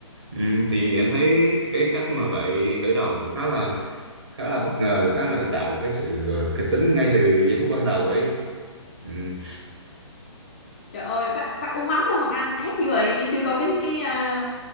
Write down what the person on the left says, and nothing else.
Trời ơi, bác, bác uống mắm luôn Hoàng Anh ác dữ vậy. Em chưa coi cái cái ờ,